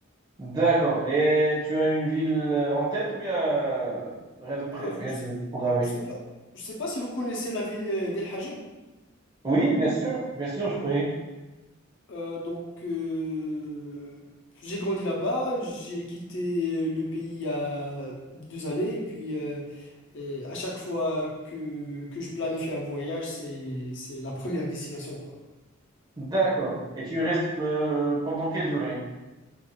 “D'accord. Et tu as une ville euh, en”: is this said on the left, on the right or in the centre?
Right